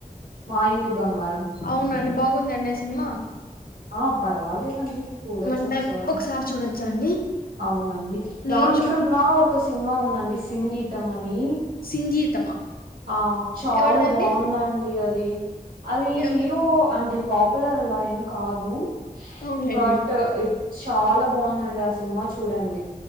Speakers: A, on the right; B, on the left.
A: మా ఇంటి బంగారం
B: అవునాండి బాగుందండి. ఆ సినిమా
A: ఆ పర్వాలేదండి చూడోచ్చు
B: వన్
A: ఒకసారి
B: టైం చూడొచ్చా అండి
A: అవునండి.
B: నేను
A: దానికన్నా
B: చూ
A: ఒక సినిమా ఉందండి. సింగీతం అని
B: సింగీతమా
A: ఆ చాలా
B: ఎవరిదండి
A: బాగుందండి. అది అది
B: ఎవ
A: హీరో అంటే పాపులర్ అలా ఏం కాదు
B: అవునులేండి
A: బట్ ఇట్ చాలా బాగుందండి. ఆ సినిమా చూడండి